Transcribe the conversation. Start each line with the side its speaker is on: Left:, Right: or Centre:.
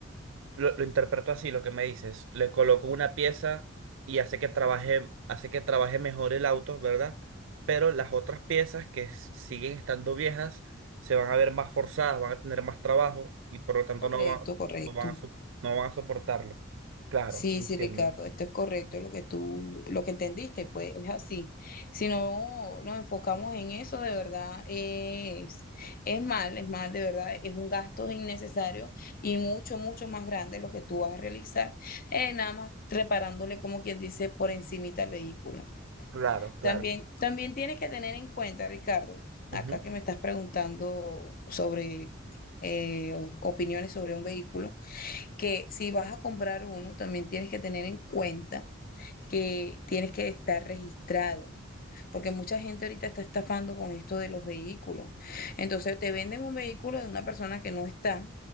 Right: Lo, lo interpreto así, lo que me dices. Le coloco una pieza y hace que trabaje, hace que trabaje mejor el auto, ¿verdad? Pero las otras piezas que s- siguen estando viejas se van a ver más forzadas, van a tener más trabajo y por lo tanto
Left: Correcto,
Right: no van,
Left: correcto.
Right: no van a, so- no van a soportarlo. Claro,
Left: Sí,
Right: entiendo.
Left: sí, Ricardo, esto es correcto lo que tú, lo que entendiste, pues es así. Si no nos enfocamos en eso, de verdad es, es mal, es mal, de verdad, es un gasto innecesario y mucho, mucho más grande lo que tú vas a realizar, eh, nada más reparándole, como quien dice, por encimita al vehículo.
Right: Claro, claro.
Left: También, también tienes que tener en cuenta, Ricardo,
Right: Ujú.
Left: acá que me estás preguntando sobre eh, o- opiniones sobre un vehículo, que si vas a comprar uno, también tienes que tener en cuenta que tienes que estar registrado porque mucha gente ahorita está estafando con esto de los vehículos. Entonces te venden un vehículo de una persona que no está